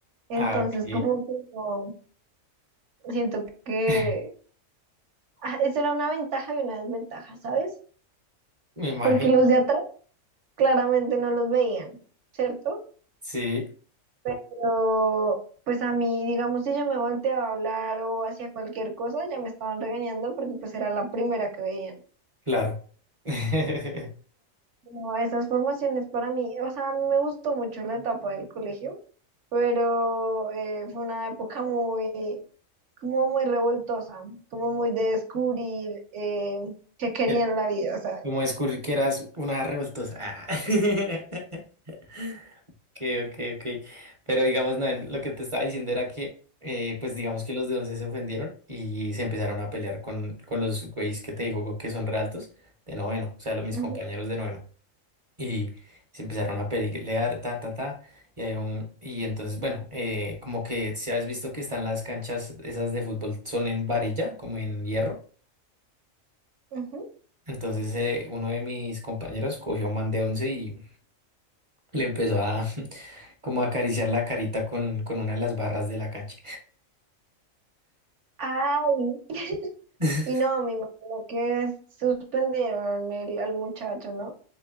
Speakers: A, on the right (about 60°); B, on the right (about 30°).
A: Entonces,
B: Ah, ok.
A: como que no, siento que
B: <laughs>
A: ah, eso era una ventaja y una desventaja, ¿sabes?
B: Me imagino.
A: Porque los de atrás claramente no los veían, ¿cierto?
B: Sí,
A: Pero, pues a mí, digamos, si yo me volteaba a hablar o hacía cualquier cosa, ya me estaban regañando porque pues era la primera que veían.
B: claro. <laughs>
A: No, esas formaciones para mí, o sea, a mí me gustó mucho la etapa del colegio, pero eh, fue una época muy, como muy revoltosa, como muy de descubrir eh, qué quería
B: Ya,
A: en la vida, ¿sabes?
B: Como descubrir que eras una revoltosa. Ah. <laughs> ok, ok. ok. Pero digamos, no, en- lo que te estaba diciendo era que, eh, pues digamos que los de once se ofendieron y se empezaron a pelear con, con los güeyes que te digo que son realtos de noveno, o sea, los, mis
A: Ujú,
B: compañeros de noveno. Y se empezaron a pelear, ta, ta, ta. Y, hay un, y entonces, bueno, eh, como que si has visto que están las canchas esas de fútbol, son en varilla, como en hierro.
A: ujú.
B: Entonces, eh, uno de mis compañeros cogió man de once y le empezó a. <laughs> como acariciar la carita con, con una de las barras de la cancha.
A: Ay, <laughs>
B: <laughs>
A: y no, me imagino que suspendieron el, al muchacho, ¿no?